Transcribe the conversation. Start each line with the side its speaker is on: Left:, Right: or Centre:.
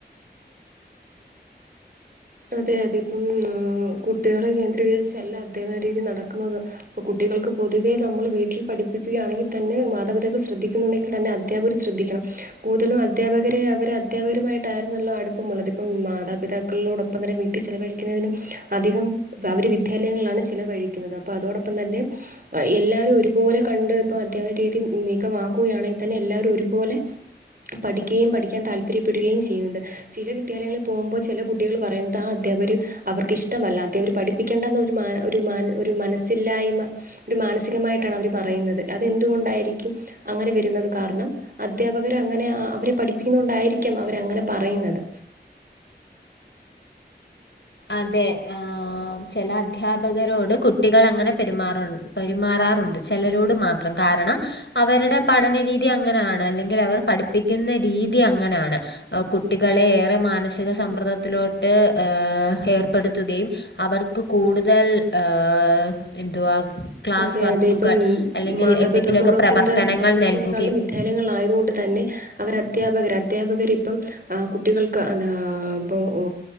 Right: അതെ അതെ കും എഹ് കുട്ടികളെ കേന്ദ്രീകരിച്ചല്ല അധ്യാപന രീതി നടക്കുന്നത്. പ്പ കുട്ടികൾക്ക് പൊതുവേ നമ്മൾ വീട്ടിൽ പഠിപ്പിക്കയാണെങ്കി തന്നെ മാതാപിതാക്കൾ ശ്രദ്ധിക്കുന്നുണ്ടെങ്കി തന്നെ അ അധ്യാപകർ ശ്രദ്ധിക്കണം കൂടുതലും അധ്യാപകരെ അവർ അധ്യാപകരുമായിട്ടായിരുന്നല്ലോ അടുപ്പമുള്ളത്. പ്പം മാതാപിതാക്കള്ളോട പ്പങ്ങന്നെ വീട്ടി ചിലവഴിക്കുന്നതിലും അധികം അവർ വിദ്യാലയങ്ങളിലാണ് ചെലവഴിക്കുന്നത് അപ്പോ അതോടൊപ്പം തന്നെ അഹ് എല്ലാരൊരുപോലെ കണ്ട് ഇപ്പ അധ്യാപന രീതി മികവാക്കുകയാണെങ്കി തന്നെ എല്ലാരൊരുപോലെ പഠിക്കുകയും പഠിക്കാൻ താല്പര്യപ്പെടുകയും ചെയ്യുണ്ട്. ചില വിദ്യാലങ്ങളിൽ പോകുമ്പോ ചില കുട്ടികൾ പറയുന്നത് ആ അധ്യാപകര് അവർക്ക് ഇഷ്ടമല്ലാത അവര് പഠിപ്പിക്കേണ്ടന്നൊരു മാന് ഒരുമാന് ഒരു മനസ്സില്ലായ്മ ഒരു മാനസികമായിട്ടാണ് അവര് പറയുന്നത് അതെന്തുകൊണ്ടായിരിക്കും അങ്ങനെ വരുന്നത് കാരണം? അധ്യാപകരങ്ങനെ അ അവരെ പഠിപ്പിക്കുന്ന കൊണ്ടായിരിക്കും അവരങ്ങനെ പറയുന്നത്.
Left: അതെ ആഹ് ചെല അദ്ധ്യാപകരോട് കുട്ടികൾ അങ്ങനെ പെരുമാറു പെരുമാറാറുണ്ട്, ചെലരോട് മാത്രം കാരണം. അവരുടെ പഠനരീതി അങ്ങനാണ് അല്ലെങ്കിൽ അവര് പഠിപ്പിക്കുന്ന രീതി അങ്ങനാണ്. കുട്ടികളെ ഏറെ മാനസിക സമ്മർദ്ദത്തിലോട്ട് ഏഹ്. ഏർപ്പെടുത്തുകയും അവർക്ക് കൂടുതൽ ഏഹ് എന്തുവാ. ക്ലാസ്
Right: അതെ
Left: വർക്കുകൾ
Right: അതെ ഇപ്പം
Left: അല്ലെങ്കിൽ
Right: മാതാപിതാക്കളോടൊപ്പം
Left: എന്തെങ്കിലുമൊക്കെ പ്രവർത്തനങ്ങൾ
Right: താൻ ചെലവഴിക്കനേക്കാളിലും
Left: നൽകുകയും
Right: വിദ്യാ വിദ്യാലയങ്ങളായതുകൊണ്ട് തന്നെ അവര് അധ്യാപകർ, അധ്യാപകർ ഇപ്പം ആഹ് കുട്ടികളെ. ക്ക് അതാ ഇപ്പൊ ഓ.